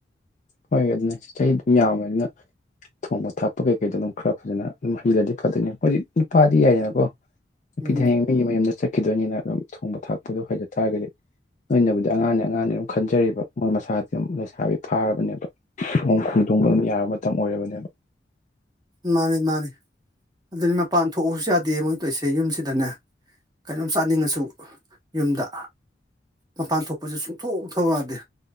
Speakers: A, on the left (about 45°); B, on the right (about 25°).
A: ꯍꯣꯏ ꯑꯗꯨꯅ ꯆꯍꯤ ꯑꯗꯨꯝ ꯌꯥꯝꯕꯅꯤꯅ ꯊꯣꯡꯕ ꯊꯥꯛꯄ ꯀꯩꯀꯩꯗꯣ ꯑꯗꯨꯝ ꯈꯔ ꯐꯖꯅ ꯑꯗꯨꯝ ꯍꯩꯂꯗꯤ ꯐꯗꯣꯏꯅꯤ ꯑꯩꯣꯏꯖꯤꯛ ꯅꯨꯄꯥꯗꯤ ꯌꯥꯏꯗꯅꯀꯣ ꯅꯨꯄꯤꯗꯤ
B: ꯎꯝ
A: ꯍꯌꯦꯡ ꯃꯤꯒꯤ ꯃꯌꯨꯝꯗ ꯆꯠꯈꯤꯗꯣꯏꯅꯤꯅ ꯑꯗꯨꯝ ꯊꯣꯡꯕ ꯊꯥꯛꯄꯗꯣ ꯍꯩꯖ ꯇꯥꯔꯒꯗꯤ ꯂꯕꯨꯗꯤ ꯑꯉꯥꯡꯅꯦ ꯑꯉꯥꯡꯅꯦ ꯑꯗꯨꯝ ꯈꯟꯖꯔꯤꯕ ꯃꯣꯏ ꯃꯁꯥꯗꯤ ꯑꯗꯨꯝ ꯂꯩꯁꯥꯕꯤ ꯐꯥꯔꯕꯅꯦꯕ ꯣꯡ ꯈꯨꯗꯣꯡꯕ ꯑꯗꯨꯝ ꯌꯥꯕ ꯃꯇꯝ ꯑꯣꯏꯔꯕꯅꯦꯕ
B: ꯃꯥꯅꯤ ꯃꯥꯅꯤ ꯑꯗꯨꯗꯤ ꯃꯄꯥꯟ ꯊꯣꯛꯎꯁꯨ ꯌꯥꯗꯦ ꯃꯣꯏ ꯇꯧꯁꯦ ꯌꯨꯝꯁꯤꯗꯅꯦ ꯀꯩꯅꯣꯝ ꯆꯥꯅꯤꯡꯉꯁꯨ ꯌꯨꯝꯗ ꯃꯄꯥꯟ ꯊꯣꯛꯄꯁꯦ ꯁꯨꯡꯊꯣꯛꯊꯧ ꯌꯥꯗꯦ